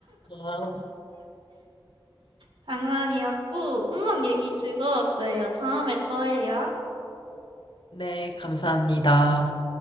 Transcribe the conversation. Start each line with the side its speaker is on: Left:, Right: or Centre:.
Left: 아,
Right: 장난이었고 음악 얘기 즐거웠어요. 다음에 또 해요.
Left: 네, 감사합니다.